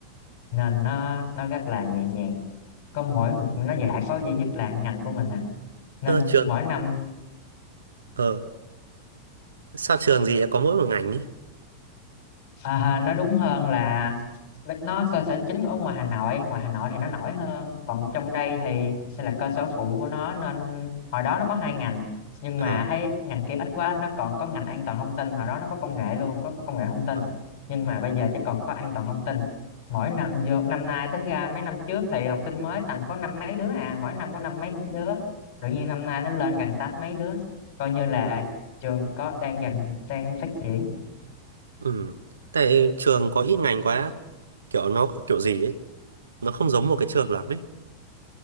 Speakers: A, on the left; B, on the right.
A: nên nó nó rất là nhẹ nhàng có mỗi nó giải có duy nhất là ngành của mình à nên
B: Ờ, trường
A: mỗi năm
B: ờ sao trường gì lại có mỗi một ngành ấy?
A: À, ha, nó đúng hơn là nó cơ sở chính ở ngoài Hà Nội ngoài Hà Nội thì nó nổi hơn còn trong đây thì đây là cơ sở phụ của nó nên hồi đó nó có hai ngành nhưng
B: Ờ
A: mà thấy ngành kia ít quá nó còn có ngành an toàn thông tin hồi đó nó có công nghệ luôn có, có công nghệ thông tin
B: ờ
A: nhưng mà bây giờ chỉ còn có an toàn thông tin mỗi năm vô năm nay tính ra mấy năm trước thì học sinh mới tầm có năm mấy đứa à mỗi năm có năm mấy đứa tự nhiên năm nay nó lên gần tám mấy đứa coi như là trường có đang gần đang phát triển
B: ừ. Tại trường có ít ngành quá, kiểu nó kiểu gì ấy, nó không giống một cái trường lắm ấy.